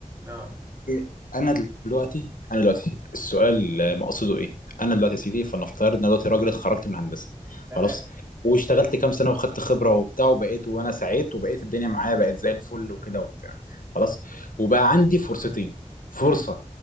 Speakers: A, on the right; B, on the left.
A: اه
B: إيه، انا دلوقتي انا دلوقتي السؤال آه، مقصده ايه انا دلوقتي
A: مم.
B: يا سيدي فلنفترض ان أنا دلوقتي راجل اتخرجت من هندسه
A: تمام
B: خلاص واشتغلت كام سنه وخدت خبره وبتاع وبقيت وانا سعيت وبقيت الدنيا معايا بقت زي الفل وكده وبتاع خلاص وبقى عندي فرصتين فرصه
A: مم.